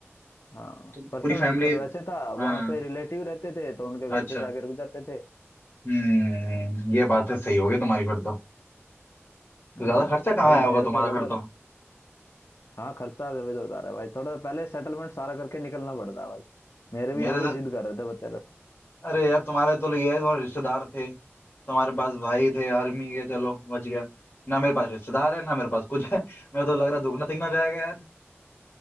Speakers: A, on the left; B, on the left.
A: हाँ
B: तो
A: पर्सनल
B: पूरी फैमिली
A: व्हीकल वैसे था
B: हाँ
A: वहां पे रिलेटिव रहते थे तो उनके घर
B: अच्छा
A: पे जाके रुक जाते थे
B: हम्म ये बात है सही होगी तुम्हारी फिर तो तो
A: हाँ
B: ज्यादा
A: भाई
B: खर्चा कहाँ
A: भाई
B: आया
A: मेरे
B: होगा तुम्हारा
A: को लगा
B: फिर तो
A: हाँ खर्चा इधर उधर होता रहा है भाई थोड़ा पहले सेटलमेंट सारा करके निकलना पड़ता है भाई मेरे भी
B: मेरे
A: यहाँ
B: तो,
A: पे जिद कर रहे थे बच्चे लोग
B: अरे यार तुम्हारे तो ये है तुम्हारे रिश्तेदार थे तुम्हारे पास भाई थे आर्मी के चलो बच गया ना मेरे पास रिश्तेदार है ना मेरे पास कुछ है <laughs> मैं तो लग रहा दुगना तिगना जाएगा यार